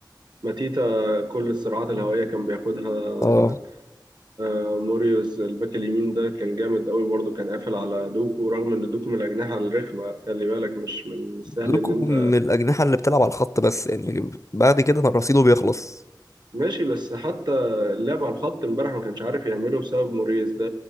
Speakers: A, on the right; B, on the left.
A: ماتيتا كل الصراعات الهوائية كان بياخدها
B: اه
A: آه، موريوز الباك اليمين ده كان جامد قوي برضه كان قافل على دوكو رغم ان دوكو من الأجنحة الرخمة خلي بالك مش من السهل
B: لكم
A: ان انت
B: من الاجنحه اللي بتلعب على الخط بس يعني بعد كده أنا رصيده بيخلص
A: ماشي بس حتى اللعب على الخط امبارح ما كانش عارف يعمله بسبب موريوس ده